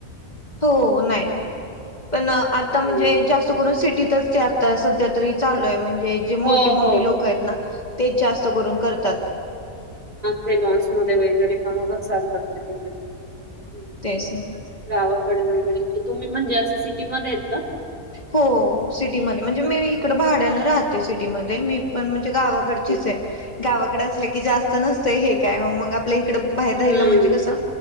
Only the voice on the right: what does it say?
हम्म.
हो
हो
ते लॉन्स मध्ये वगैरे कमावत चालतात ते तेवढे. हम्म.
गावाकडे वगैरे तुम्ही म्हणजे असं सिटीमध्येध्ये येत कां.
ओके
हम्म